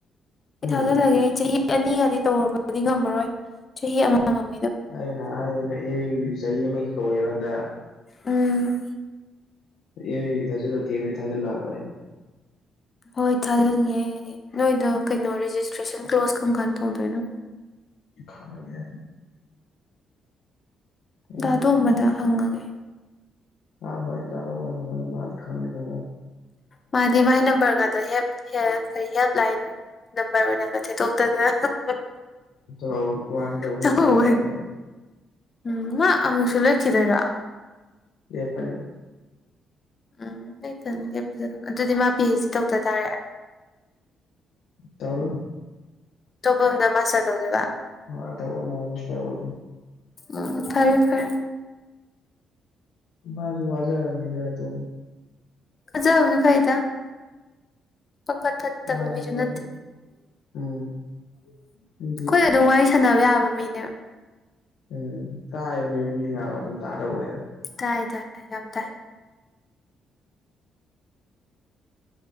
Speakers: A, on the left (about 35°); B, on the left (about 80°).
A: ꯑꯩ
B: ꯎꯝ
A: ꯊꯥꯖꯜꯂꯒꯦ ꯑꯩ ꯆꯍꯤ ꯑꯅꯤꯒꯗꯤ ꯇꯧꯔꯨꯕꯗꯤ ꯉꯝꯃꯔꯣꯏ ꯆꯍꯤ ꯑꯃꯃꯝ
B: ꯑꯩꯅ ꯍꯥꯏꯩꯅ ꯑꯦꯝ ꯏꯕꯤ ꯆꯍꯤ ꯑꯃꯒꯤ ꯀꯧꯏꯦꯕꯟꯗ
A: ꯎꯝ
B: ꯌ ꯏ ꯒꯤ ꯇꯥꯖꯦꯂꯩ ꯗꯃ ꯒꯤ ꯇꯥꯖꯦꯂꯣ ꯍꯥꯏꯕ
A: ꯍꯣꯏ ꯊꯥꯖꯟꯒꯦ ꯅꯣꯏꯗꯣ ꯀꯩꯅꯣ ꯔꯦꯖꯤꯁꯇ꯭ꯔꯦꯁꯟ ꯀ꯭ꯂꯣꯁ ꯀꯝ ꯀꯥꯟ ꯇꯣꯡꯗꯣꯏꯅꯣ
B: ꯈꯥꯥꯡꯒꯦ ꯑꯩꯁꯦ
A: ꯗ ꯇꯣꯝꯕꯗ ꯍꯪꯉꯒꯦ
B: ꯍ ꯍꯣꯏ ꯌꯥꯗꯧꯕ ꯃꯥꯗꯤ ꯈꯪꯅꯤ ꯈꯪꯒꯅꯤ
A: ꯃꯥꯗꯤ ꯃꯥꯥꯏ ꯅꯝꯕꯔꯒꯗꯣ ꯍꯦꯞ ꯀꯔꯤ ꯍꯦꯜꯞ ꯂꯥꯏꯟ ꯅꯝꯕꯔ ꯑꯣꯏꯅꯒ ꯊꯦꯠꯇꯣꯛꯇꯗꯅ
B: ꯎꯝ ꯋꯥ ꯇ ꯎꯣꯔꯀꯥꯕ
A: ꯇꯧꯋꯦ
B: ꯌꯥꯗ
A: ꯎꯝ ꯃꯥ ꯑꯃꯨꯛꯁꯨ ꯂꯩꯈꯤꯗꯣꯏꯔ
B: ꯌꯦꯄꯅꯤ
A: ꯎꯝ ꯂꯦꯞ ꯐꯅ ꯂꯦꯞꯄꯤ ꯑꯗꯨꯗꯤ ꯃꯥ ꯄꯤ ꯑꯩꯆ ꯗꯤ ꯇꯧꯗ ꯇꯥꯔꯦ
B: ꯇꯧꯔ
A: ꯑꯇꯣꯞꯐꯝꯗ ꯃꯥꯁꯇꯔ ꯇꯧꯗꯣꯏꯕ
B: ꯑꯆꯧꯕ ꯑꯅꯧꯕ ꯃꯁꯇꯔ ꯑꯣꯏꯗꯣꯏꯅꯤ
A: ꯎꯝ ꯐꯔꯦ ꯐꯔꯦ
B: ꯃꯥꯁꯨ ꯋꯥꯖꯥ ꯃ ꯌꯥ ꯇ
A: ꯀꯖꯗ ꯐꯥꯏꯗ ꯐꯇ ꯐꯇ ꯐꯇ
B: ꯋꯥꯁꯨ
A: ꯃꯤꯁꯨ
B: ꯋꯥꯔꯦ
A: ꯅꯠꯇꯦ ꯑꯩꯈꯣꯏ
B: ꯎꯝ ꯃꯤꯗꯤ
A: ꯑꯗꯨꯝ ꯋꯥꯏꯁ ꯁꯥꯟꯅꯕ ꯌꯥꯕ ꯃꯤꯅꯦ
B: ꯎꯝ ꯀꯥꯏꯕꯅꯦ ꯃꯤ ꯉ ꯑꯗꯨꯝ ꯇꯥꯗꯕ ꯑꯣꯏꯗ
A: ꯇꯥꯏ ꯇꯥꯏ ꯌꯥꯝ ꯇꯥꯏ